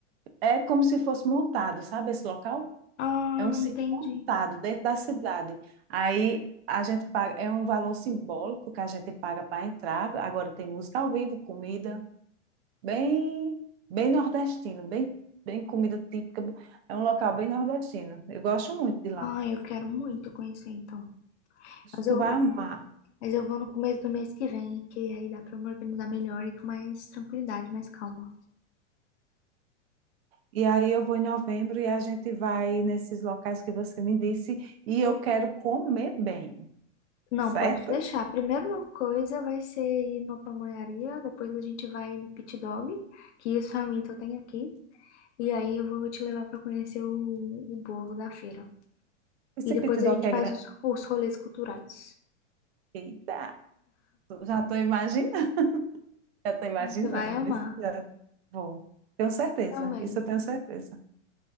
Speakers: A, on the right; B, on the left.
A: É como se fosse montado, sabe esse local?
B: Ah,
A: É um sítio
B: entendi.
A: montado dentro da cidade. Aí a gente paga, é um valor simbólico que a gente paga para entrar. Agora tem música ao vivo, comida, bem, bem nordestino, bem, bem comida típica. É um local bem nordestino. Eu gosto muito de lá.
B: Ah, eu quero muito conhecer então. Mas
A: Tu
B: eu
A: vai amar.
B: Mas eu vou no começo do mês que vem, que aí dá pra eu me organizar melhor e com mais tranquilidade, mais calma.
A: E aí eu vou em novembro e a gente vai nesses locais que você me disse e eu quero comer bem,
B: Não,
A: certo?
B: pode deixar. A primeira coisa vai ser ir numa pamonharia, depois a gente vai no Pit Dog, que isso realmente eu tenho aqui. E aí eu vou te levar pra conhecer o, o bolo da feira.
A: Esse
B: E depois
A: pitidoque
B: a gente faz
A: é grande.
B: os, os rolês culturais.
A: Eita, já estou imaginando, já estou imaginando,
B: Você vai amar
A: viu? Já vou. Tenho certeza,
B: também.
A: isso eu tenho certeza.